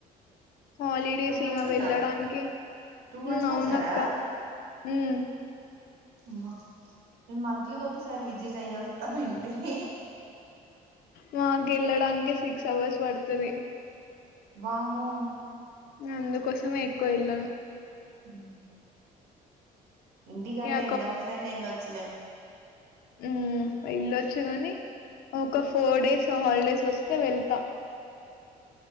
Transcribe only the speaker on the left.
హాలిడేస్
ఇగ
వెళ్ళడానికె
మ్మ్
అవునక్క
మ్మ్
మాక్ ఎళ్ళడానికే స సిక్స్ అవర్స్ పడతది
అందుకోసమే ఎక్కువ ఎళ్ళను
ఇక
మ్మ్ వెల్లొచ్చుగాని ఒక ఫోర్ డేస్ హాలిడేస్ వస్తే వెళ్తా